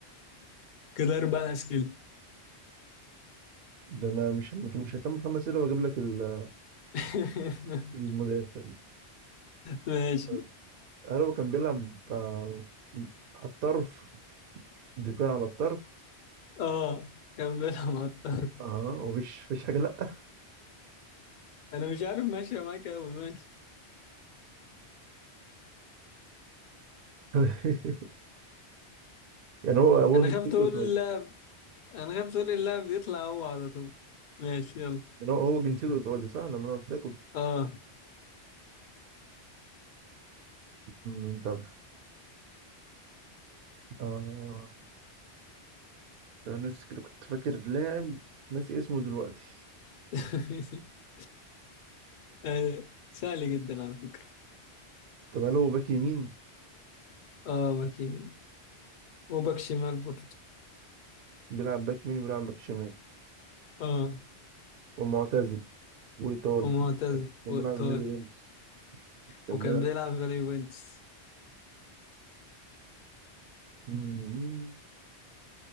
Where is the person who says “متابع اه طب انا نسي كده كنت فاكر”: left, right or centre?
Right